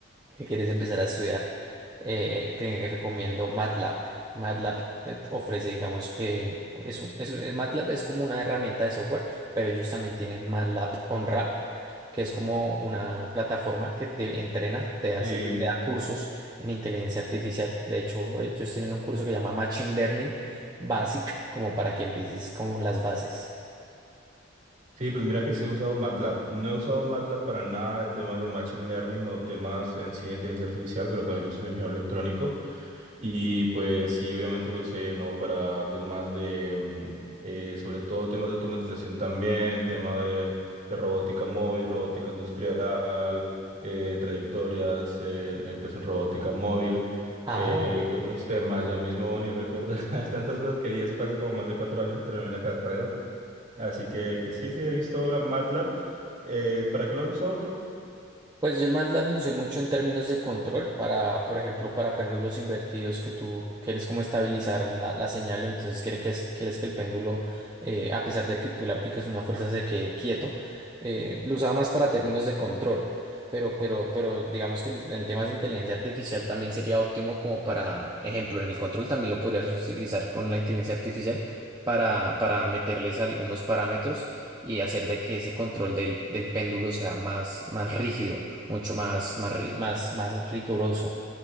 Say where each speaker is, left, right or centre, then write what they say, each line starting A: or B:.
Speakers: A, on the right; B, on the right.
A: que quieres empezar a estudiar, eh, te recomiendo MATLAB. MATLAB eh, ofrece, digamos que es un, es, es- MATLAB es como una herramienta de software, pero ellos también tienen MATLAB OnRap, que es como una plataforma que te entrena, te hace,
B: Sí.
A: te da cursos en inteligencia artificial. De hecho, ellos tienen un curso que se llama Machine Learning Basic, como para que empieces con las bases.
B: Sí, pues mira que sí he usado MATLAB. No he usado MATLAB para nada de temas de Machine Learning o temas en sí de inteligencia artificial, pero bueno, yo soy ingeniero electrónico. Y pues sí, obviamente lo usé, ¿no? Para temas de, mm, eh, sobre todo temas de automatización también, tema de, de robótica móvil, robótica industrial, eh, trayectorias, eh, eh, pues en robótica móvil.
A: Ah,
B: Eh, ¿qué otros temas? Ya mismo ni recuerdo <laughs> tantas cosas que di, eso fue hace como más de cuatro años que terminé la carrera. Así que, que sí, sí, he visto MATLAB. Eh, ¿para qué lo has usado tú?
A: Pues yo el MATLAB lo usé mucho en términos de control para, por ejemplo, para péndulos invertidos que tú quieres como estabilizar la, la señal, entonces quiere que, es- quieres que el péndulo, eh, a pesar de que tú le apliques una fuerza, se quede quieto. Eh, lo usaba más para términos de control, pero, pero, pero digamos que en, en temas de inteligencia artificial también sería óptimo como para, ejemplo, en el control también lo podrías utilizar con la inteligencia artificial para, para meterles algunos parámetros y hacer de que ese control del, del péndulo sea más, más rígido mucho más, más, ri- más, más riguroso.